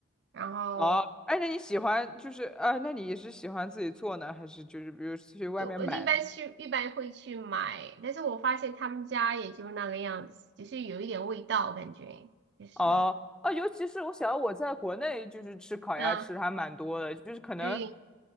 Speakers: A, on the right (about 60°); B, in the centre.
A: 然后
B: 哦，哎，那你喜欢就是呃，那你也是喜欢自己做呢，还是就是比如去外面买呢
A: 就我一般去一般会去买，但是我发现他们家也就那个样子，就是有一点味道，感觉就是
B: 哦哦，尤其是我想到我在国内就是吃烤鸭吃的还蛮多的，
A: 嗯，
B: 就是可能
A: 对，